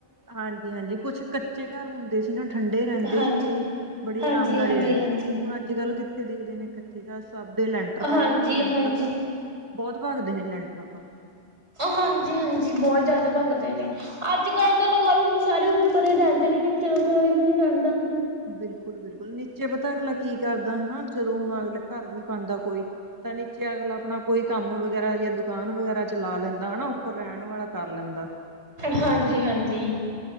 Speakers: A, on the right; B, on the right.
A: ਹਾਂਜੀ -ਹਾਂਜੀ ਕੁਛ ਕੱ ਕੱਚੇ ਘਰ ਹੁੰਦੇ ਸੀ ਨਾ, ਠੰਡੇ ਰਹਿੰਦੇ
B: ਹਾਂਜੀ
A: ਸੀਗੇ। ਬੜੀ
B: ਹਾਂਜੀ
A: ਆਰਾਮਦਾਰੀ
B: ਹਾਂਜੀ
A: ਰਹਿੰਦੀ
B: ਹਾਂਜੀ
A: ਸੀਗੀ। ਹੁਣ ਅੱਜ- ਕੱਲ੍ਹ ਕਿੱਥੇ ਦਿਖਦੇ ਨੇ, ਕੱਚੇ ਘਰ, ਸਭ ਦੇ ਲੈਂਟਰ ਪਏ
B: ਹਾਂਜੀ-ਹਾਂਜੀ।
A: ਨੇ। ਲੈਂਟਰ ਤਾਂ ਬਹੁਤ ਭਾਗਦੇ ਨੇ ਲੈਂਡ ਪਾਪਾ
B: ਹਾਂਜੀ -ਹਾਂਜੀ, ਬਹੁਤ ਜ਼ਿਆਦਾ ਬਗਦੇ ਨੇ। ਅੱਜ-ਕੱਲ੍ਹ ਤਾਂ ਲਗਾ ਲਓ ਹੁਣ ਸਾਰੇ ਉੱਪਰ ਹੀ ਰਹਿੰਦੇ ਨੇ ਨੀਚੇ ਤਾਂ ਕੋਈ ਵੀ ਨੀ ਰਹਿੰਦਾ।
A: ਬਿਲਕੁਲ-ਬਿਲਕੁਲ ਨੀਚੇ ਪਤਾ ਅਗਲਾ ਕੀ ਕਰਦਾ ਹਨਾ ਜਦੋਂ ਹੁਣ ਅਗਲੇ ਘਰ ਵੀ ਪਾਉਂਦਾ ਕੋਈ ਤਾਂ, ਨੀਚੇ ਅਗਲਾ ਆਪਣਾ ਕੋਈ, ਕੰਮ ਵਗੈਰਾ ਜਾਂ ਦੁਕਾਨ ਵਗੈਰਾ ਚਲਾ ਲੈਂਦਾ, ਹਨਾ, ਉੱਪਰ ਰਹਿਣ ਵਾਲਾ ਕਰ ਲੈਂਦਾ।
B: ਹਾਂਜੀ-ਹਾਂਜੀ,